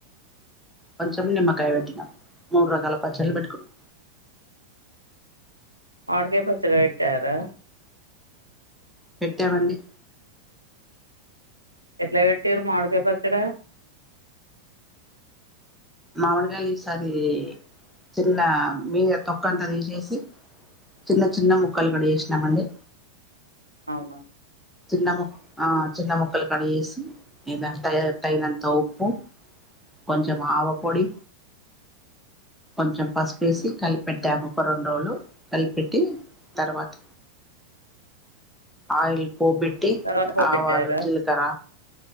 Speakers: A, in the centre; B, on the right.
A: కొంచెం నిమ్మకాయ పెట్టినాము మూడు రకాల పచ్చళ్ళ పెట్టుకున్నా
B: మామిడికాయ పచ్చడ చారా
A: పెట్టావండి
B: ఎట్లా పెట్టిండు మామిడికాయ పచ్చడ
A: మామిడి కాయలు ఈసారి చిన్న మీద తొక్క అంతా తీసేసి చిన్న చిన్న ముక్కలు కట్ చేసినామండి.
B: అవును
A: చిన్న చిన్న ముక్కలు కడిగేసి ఏద తగినంత ఉప్పు కొంచెం ఆవపొడి కొంచెం పసుపేసి కలిపెట్టా ముప్ప రెండు రోజులు కలిపెట్టి తర్వాత ఆయిల్ పోపెట్టి
B: తర్వాత పొప్పు
A: ఆవాలు
B: పెట్టారా
A: జీలకర్ర